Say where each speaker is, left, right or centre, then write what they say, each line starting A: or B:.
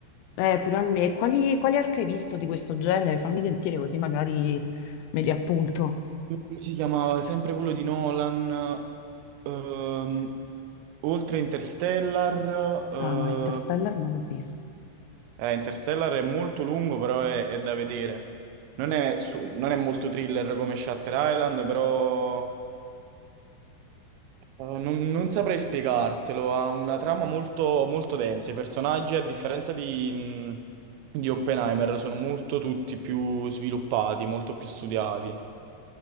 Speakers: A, on the left; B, on the right.
A: eh, pure a me, quali, quali altri hai visto di questo genere? Fammi sentire così magari me li appunto.
B: Come si chiamava? Sempre quello di Nolan. ehm, oltre Interstellar. eh,
A: Ah no, Interstellar non l'ho visto.
B: eh, Interstellar è molto lungo, però è, è da vedere. Non è, su- non è molto thriller come Shutter Island, però Uh, non, non saprei spiegartelo, ha una trama molto, molto densa. I personaggi, a differenza di, mh, di Oppenheimer, sono molto tutti più sviluppati, molto più studiati.